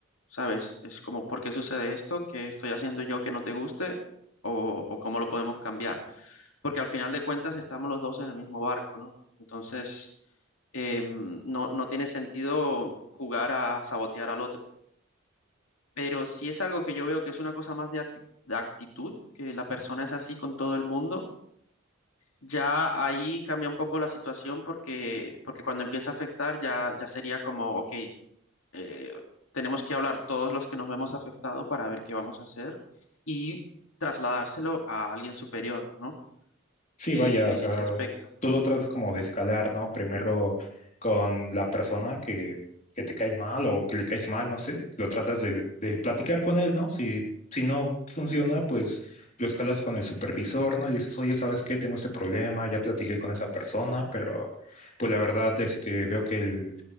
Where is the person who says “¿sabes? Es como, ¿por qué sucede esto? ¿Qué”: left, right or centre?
Left